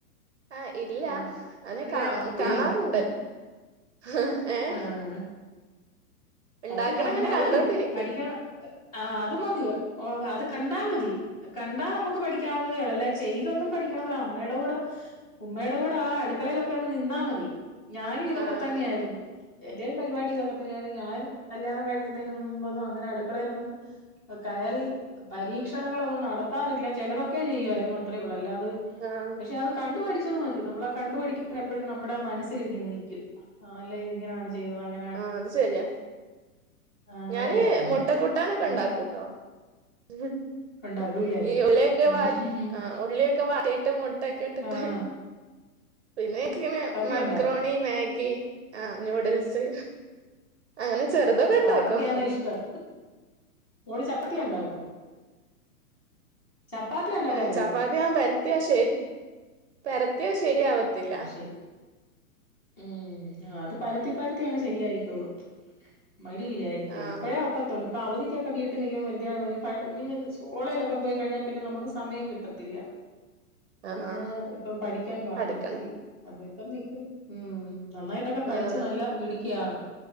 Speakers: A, on the right; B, on the left.
A: ആഹ് ഇല്ല
B: ആഹ്
A: അങ്നെ
B: അറിയാവോ
A: കാ
B: അവിയല്
A: കാണാറ്ണ്ട്.
B: വെക്കാൻ
A: ഹഹ് ഏഹ്
B: ആഹ്
A: ഇണ്ടാക്കണ
B: അതൊക്കെ കണ്ടാ
A: അങ്ങനെ കണ്ടോണ്ടിരിക്കും
B: മതി പഠിക്കണ ആഹ് അത് മതി ഓഹ് അത് കണ്ടാ മതി. കണ്ടാ നമുക്ക് പഠിക്കാവുന്നതേ ഒള്ള് അല്ലാതെ ചെയ്തൊന്നും പഠിക്കണം ന്നല്ല. അമ്മയുടെ കൂടെ ഉമ്മയുടെ കൂടെ ആ അടുക്കളയിലൊക്കെ ഒന്ന് നിന്നാ മതി. ഞാനും ഇതൊക്കെ
A: ആഹ്
B: തന്നെയായിരുന്നു. എന്റെയും പരിപാടി ഇതൊക്കെ തന്നെയായിരുന്നു ഞാൻ കല്യാണം കഴിക്ക്ന്നേന് മുമ്പൊന്നും അങ്ങനെ അടുക്കളയിലൊന്നും കയറി പരീക്ഷണങ്ങളൊന്നും നടത്താറില്ല ചെലതൊക്കെ ചെയ്യുവായിരുന്നു അത്രേ ഉള്ളൂ അല്ലാത്
A: ആഹ്
B: പക്ഷെ അത് കണ്ടു പഠിച്ചത് മതി നമ്മളാ കണ്ടു പഠിക്ക്ന്നെ എപ്പഴും നമ്മുടെ മനസ്സിൽ ഇങ്ങനെ നിക്കും. ആഹ് അല്ലാ ഇത് ഇങ്ങനാണ് ചെയ്തത് അങ്ങ
A: ആഹ് അത് ശരിയാ.
B: ആഹ്
A: ഞാന്
B: അതെ പിന്നെ
A: മുട്ട കൂട്ടാനൊക്കെ
B: ഉമ്മായി
A: ഉണ്ടാക്കൂട്ടോ. ഉ
B: ഉണ്ടാക്കൂല്ലേ
A: ഈ ഉള്ളിയൊക്കെ
B: ഉം
A: വാ ആഹ് ഉള്ളിയൊക്കെ വാട്ടീട്ട് മുട്ടയൊക്കെ ഇട്ടിട്ട്.
B: ആഹ്
A: പിന്നെ ഇൻക്ക്ങ്ങനെ
B: അതൊക്കെ
A: മാക്രോണി
B: ഉണ്ടാക്കും
A: മാഗി ആഹ് ന്യൂഡിൽസ് അങ്ങനെ ചെറുതൊക്കെ ഇണ്ടാക്കും.
B: ആഹ് അതൊക്കെയാണ് ഇഷ്ടം മോള് ചപ്പാത്തി ഉണ്ടാക്കും ചപ്പാത്തി ഉണ്ടാക്കാൻ
A: ഏഹ്
B: അറിയാവോ
A: ചപ്പാത്തി ഞാൻ പരത്തിയാ ശരി പരത്തിയാ ശരിയാവത്തില്ല.
B: ആഹ് ശരി ഉം അത് പരത്തി പരത്തി അങ്ങ് ശരിയായിക്കോള്ളൂ. മടി വിചാ രിക്കല്ല്.
A: ആഹ്
B: ഇപ്പഴേ ഒക്കത്തുള്ളൂ ഇപ്പ അവധിക്കൊ ക്കെ വീട്ടി നിക്കുമ്പം വെറുതെ യാണോലും പഴം ഇനി <unintelligible> സ്‌കൂളേലൊക്കെ പോയി കഴിഞ്ഞാ പിന്നെ നമക്ക് സമയം കിട്ടത്തില്ല. <inaudible>
A: ആഹ്
B: പിന്നെ ഇപ്പം പഠിക്കാൻ കാണും
A: പഠിക്കണം
B: ഒത്തിരി. അപ്പൊ ഇപ്പം നിക്കും ഉം നന്നായി ട്ടൊക്കെ പഠിച്ച്
A: ആഹ്
B: നല്ല മിടുക്കിയാകണം.